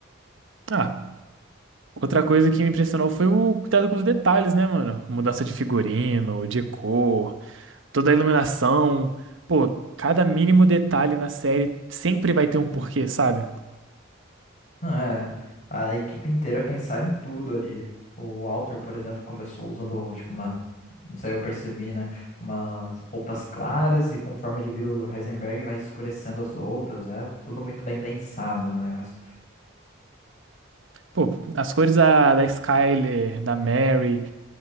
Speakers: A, on the right; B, on the left.
A: Ah, outra coisa que me impressionou foi o cuidado com os detalhes, né, mano? Mudança de figurino, de cor, toda a iluminação. Pô, cada mínimo detalhe na série sempre vai ter um porquê, sabe?
B: É, a equipe inteira é pensar em tudo ali. O Walter, por exemplo, começou usando, tipo, uma. Isso aí eu percebi, né? Umas roupas claras e conforme ele vira o Heisenberg, vai escurecendo as roupas. É tudo muito bem pensado no negócio.
A: Pô, as cores da, da Skyler, da Mary.